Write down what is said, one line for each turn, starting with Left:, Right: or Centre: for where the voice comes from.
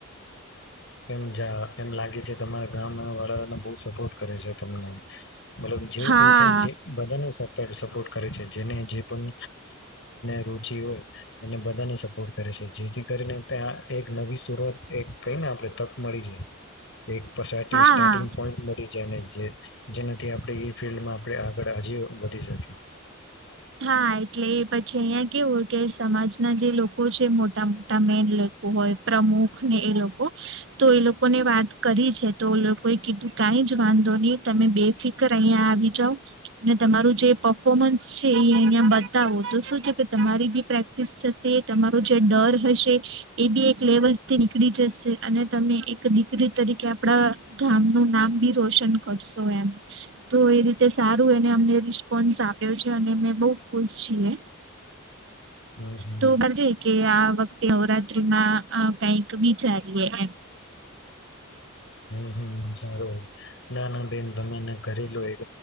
Left: એટ ગ જા એમ લાગે છે તમારા ગામ વાળાને બહ સપોર્ટ કરે છે તમને મતલબ જે
Right: હા
Left: ઇનફેક્ટ જે બધા ને સપોર્ટ કરે છે જેને જે પણ ફ એને બધાને સપોર્ટ કરે છે જેથી કરીને ત્યાં એક નવી સુરત એક કઈ આપ તક મળી છે એક
Right: હા
Left: સ્ટાર્ટિંગ
Right: હા
Left: પોઈન્ટ મળી છે એને જેનાથી આપણે એ ફિલ્ડમાં આપણે આગળ હજ વધી શકીએ
Right: હા એટલે એ પછી અહિયાં કેવુંય કે સમાજના જે લોકો છે મોટા મોટા મેન લોકો હોય પ્રમુખ ને એ લોકો તો એ લોકો ને વાત કરી છે તો એ લોકોએ કીધું ક જ વાંધો નહી તમે બેફિકર અહિયાં આવી જાાવ અને તમારું જે પફોર્મન્સ છે એ અહિયાં બતાવો તો શું છે કે તમારી બી પ્રેક્ટિસ થશે તમારો જે ડર હશે એ બી એક લેવલથી નીકળી જશે અને તમે એક દીકરી તરીકે આપડા ગામ નું નામ નામ બી રોશન કરશો એમ તો એ રીતે સારું એને અમને રિસ્પોન્સ આપ્યો છે અને અમે બહુ ખુશ છીએ
Left: હમ હમ
Right: તો બદલે કે આ વ નવરાત્રીમાં કઈક વિચારીએ એમ
Left: હમ હમ સારું ના ના બેન તમે એને કરી લો એક